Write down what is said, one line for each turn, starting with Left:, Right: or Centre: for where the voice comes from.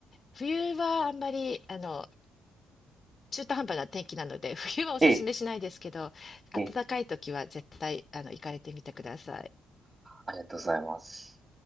Left: 冬はあんまり、あの、中途半端な天気なので、冬はおすすめしないですけど、
Right: ええ、ええ、
Left: 暖かい時は絶対、あの、行かれてみてください。
Right: ありがとうございます。